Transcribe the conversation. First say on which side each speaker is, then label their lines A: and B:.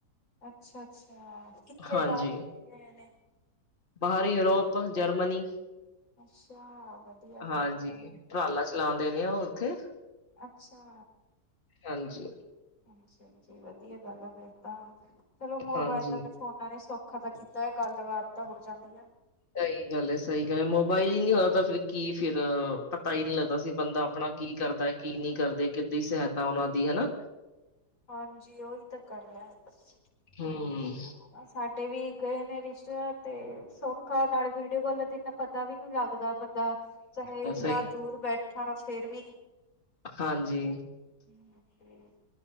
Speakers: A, on the left; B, on the left.
A: ਅੱਛਾ ਅੱਛਾ ਕਿੱਥੇ
B: ਹਾਂਜੀ,
A: ਬਾਹਰ ਕਿੱਥੇ ਗਏ ਨੇ,
B: ਬਾਹਰ ਯੂਰੋਪ ਜਰਮਨੀ
A: ਅੱਛਾ, ਵਧੀਆ
B: ਹਾਂਜੀ,
A: ਫੇਰ ਤਾਂ,
B: ਰਾਲਾ ਚਲਾਉਂਦੇ ਨੇ ਉਹ ਉੱਥੇ,
A: ਅੱਛਾ
B: ਹਾਂਜੀ
A: ਹਾਂਜੀ ਹਾਂਜੀ ਵਧੀਆ ਗੱਲ ਆ ਫੇਰ ਤਾਂ, ਚਲੋ ਮੋਬਾਇਲ,
B: ਹਾਂਜੀ।
A: ਉਹਨਾਂ ਨੇ ਸੌਖਾ ਤਾਂ ਕੀਤਾ ਹੈ ਗੱਲਬਾਤ ਤਾਂ ਹੋ ਜਾਂਦੀ ਆ,
B: ਸਹੀ ਗੱਲ ਹੈ ਸਹੀ ਗੱਲ ਹੈ ਮੋਬਾਇਲ ਹੀ ਨੀ ਹੋਇ ਤਾਂ ਫਿਰ ਕੀ ਫਿਰ ਪਤਾ ਹੀ ਨਹੀਂ ਲੱਗਦਾ ਸੀ ਬੰਦਾ ਆਪਣਾ ਕੀ ਕਰਦਾ ਕੀ ਨਹੀਂ ਕਰਦੇ, ਕਿੱਦਾਂ ਸਹਾਇਤਾ ਉਹਨਾਂ ਦੀ ਹਨਾ।
A: ਹਾਂਜੀ ਉਓਹੀ ਤਾਂ ਗੱਲ ਹੈ
B: ਹੂੰ,
A: ਤੇ ਸਾਡੇ ਵੀ ਗਏ ਨੇ ਰਿਸ਼ਤੇਦਾਰ ਤੇ ਸੌਖਾ ਨਾਲ ਵੀਡੀਓ ਕਾਲ ਤੇ ਇੰਨਾ ਪਤਾ ਵੀ ਨੀ ਲੱਗਦਾ ਬੰਦਾ ਚਾਹੇ
B: ਤਾਂ
A: ਇਨਾ
B: ਸਹੀ
A: ਦੂਰ ਬੈਠਾ ਫਿਰ ਵੀ ਹਮ
B: ਹਾਂਜੀ,
A: ਸੀ <unintelligible> <unintelligible>